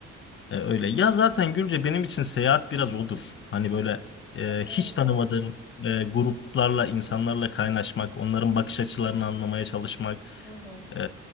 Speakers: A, on the left; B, on the right.
A: E, öyle. Ya zaten Gülce benim için seyahat biraz odur. Hani böyle e,
B: Kesinlikle.
A: hiç tanımadığım e, gruplarla, insanlarla kaynaşmak, onların bakış açılarını anlamaya çalışmak.
B: Hı hı.
A: E,